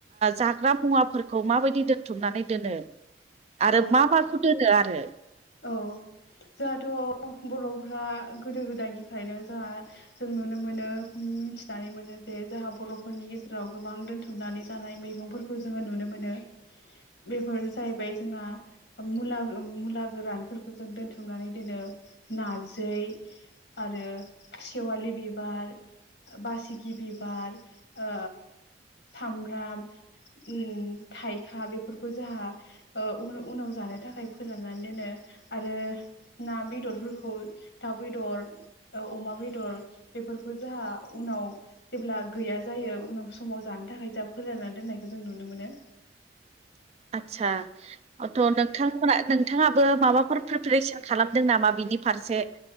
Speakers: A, on the right; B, on the left.
A: जाग्रा मुवाफोरखौ माबायदि दोनथुमनानै दोनो आरो
B: औ
A: मा माखौ दोनो आरो
B: औ जोंहाथ' बर'फोरा गोदो गोदायनिफ्रायनो जोंहा जों नुनो मोनो। मिथिनानै मोनो जे जाहा बर'फोरनि गेजेराव गोबां दोनथुमनानै जानाय मैगंफोरखौ जोङो नुनो मोनो। बेफोर जाहैबाय जोङा ओ मुला मुला। गोरानफोरखौ जों दोनथुमनानै दोनो नारजै आरो सेवालि बिबार ओ बासिगि बिबार ओ सामब्राम उम थाइखा बेफोरखौ जोंहा ओ उन-उनाव जानो थाखाय फोराननानै दोनो आरो ना बेदरफोरखौ दाउ बेदर अमा बेदर। बेफोरखौ जोंहा उनाव जेब्ला गैया जायो उनाव समाव जानो थाखाय जों फोरानना दोन नाय जों नुनो मोनो।
A: आतसाथ' नोंथांमोना नोंथाङा। बो माबाफोर प्रिपेरेसन खालामदों नामा बिनि फारसे